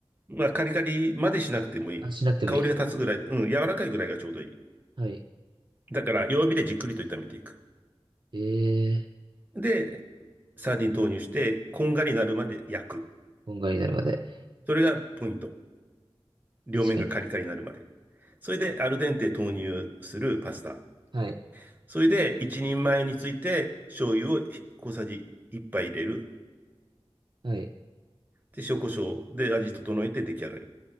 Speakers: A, on the right; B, on the right.
A: まあ、カリカリまでしなくてもいい。
B: あ、しなくてもいい。
A: 香りが立つぐらい、うん、柔らかいぐらいがちょうどいい。
B: はい。
A: だから、弱火でじっくりと炒めていく。
B: ええ
A: で、サーディン投入して、こんがりになるまで焼く。
B: こんがりになるまで。
A: それがポイント。両面がカリカリになるまで。
B: 確かに。
A: それで、アルデンテ投入するパスタ。
B: はい。
A: それで、一人前について、醤油を小さじ1杯入れる。
B: はい。
A: で、塩コショウで味整えて出来上がり。